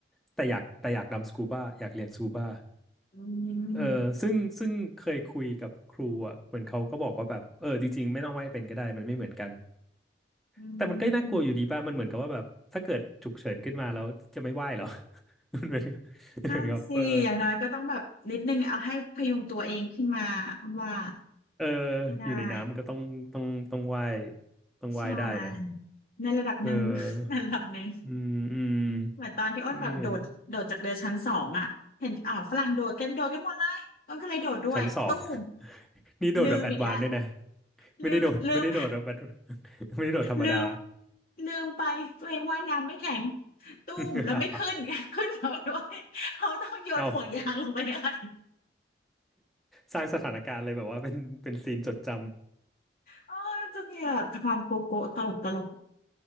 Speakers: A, in the centre; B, on the left (about 50°).
A: แต่อยากแต่อยากดำสกูบ้าอยากเรียนสกูบ้า
B: อื
A: เออซึ่งซึ่งเคยคุยกับครูอะเหมือนเขาก็บอกว่าแบบเออจริงๆไม่ต้องว่ายเป็นก็ได้มันไม่เหมือนกัน
B: มอื
A: แต่มันก็น่ากลัวอยู่ดีป่ะมันเหมือนกับว่าแบบถ้าเกิดฉุกเฉินขึ้นมาแล้วจะไม่ว่ายเหรอ
B: ม
A: <laughs> มันเหมือนกับ
B: นั่นสิอย่างน้อยก็ต้องแบบนิดนึงเอาให้พยุงตัวเองขึ้นมา
A: เหมือนกับเออ
B: ว่า
A: เออ
B: ให้ได้
A: อยู่ในน้ำมันก็ต้องต้องต้องว่ายต้องว่ายได้นะ
B: ใช่ในระดับหนึ่ง
A: เออ
B: <laughs> ในระดับหนึ่ง
A: อืมอืม
B: เหมือนตอนที่อ้นแบบโดดโดดจากเรือชั้นสองอ่ะเห็นอ่าวฝรั่งโดดกันโดดกันหมดเลยอ้นก็เลยโดดด้วยตู้ม
A: ไม่งั้นชั้นสอง <laughs> นี่โดดแบบแอดวานซ์ด้วยนะ
B: ลืมอีกแล้ว
A: ไม่ได้โดดไม่ได้โดดแบบ
B: ลืมลืม
A: advance <laughs> ไม่ได้โดดธรรมดา
B: ลืมลืมไปตัวเองว่ายน้ำไม่แข็งตุ้มแล้วไม่ขึ้น
A: <laughs>
B: <laughs> ขึ้นมาด้วยเขาต้องโยนห่วงยางลงไปให้
A: เอาสร้างสถานการณ์เลยแบบว่าเป็นเป็นซีนจดจ
B: เออจะมีแบบความโกโก้ตลกตลก